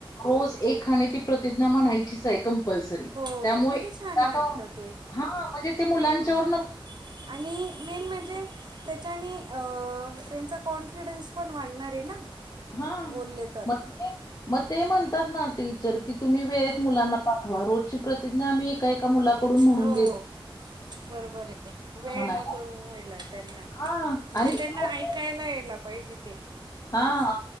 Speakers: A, on the left; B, on the right.
A: रोज एकाने ती प्रतिज्ञा म्हणायची आहे कंपल्सरी,
B: हो
A: त्यामुळे
B: किती
A: एकदा
B: छान वाटतं
A: का होईना.
B: ते
A: हा म्हणजे ते मुलांच्या
B: हां
A: वर
B: आणि. मेन म्हणजे त्याच्याने अ त्यांचा कॉन्फिडन्स पण वाढणार आहे ना.
A: हा म
B: बोलले तर
A: म ते म्हणतात ना टीचर की तुम्ही वेळेत
B: हं,
A: मुलांना पाठवा रोजची प्रतिज्ञा आम्ही एक का एका मुलाकडून म्हणून
B: हो
A: घेत
B: बरोबर आहे वेळ
A: म्हणायला.
B: नको व्हायला त्यांना म्हणजे
A: हां. आणि
B: त्यांना
A: रोज
B: ऐकायला यायला पाहिजे ते.
A: हा.
B: असं